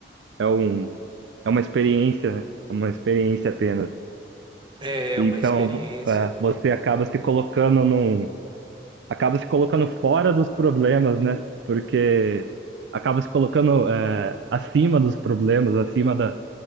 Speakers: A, on the right; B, on the right.
A: é um, é uma experiência, né? É Uma experiência apenas.
B: é
A: Então,
B: uma experiência.
A: vo- é, você acaba se colocando num acaba se colocando fora dos problemas, né? Porque acaba se colocando é, acima dos problemas, acima da,